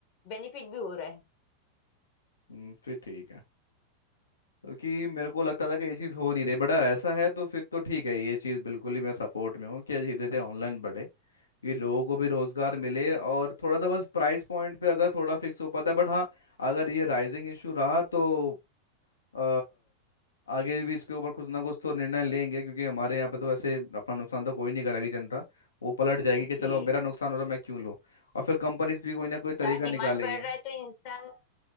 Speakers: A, on the left (about 45°); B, on the left (about 70°).
A: बेनिफिट भी हो रहा है
B: हम्म, फिर ठीक है क्योंकि मेरे को लगता था कि ये चीज़ हो नहीं रही बट अगर ऐसा है तो फिर तो ठीक है ये चीज़ बिल्कुल ही मैं सपोर्ट में हूँ कि धीरे धीरे ऑनलाइन बढ़े ये लोगों को भी रोजगार मिले और थोड़ा सा बस प्राइस पॉइंट पे अगर थोड़ा फिक्स हो पाता है बट हाँ अगर ये राइजिंग इशू रहा तो अ, आगे भी इसके ऊपर कुछ ना कुछ तो निर्णय लेंगे क्योंकि हमारे यहाँ पे तो वैसे अपना नुकसान तो कोई नहीं करेगी जनता वो पलट जाएगी कि
A: जी
B: चलो मेरा नुकसान हो रहा मैं क्यों लूँ और फिर कंपनीज भी कोई ना कोई तरीका
A: जहाँ डिमांड
B: निकालेगी
A: बढ़ रहा है तो इंसान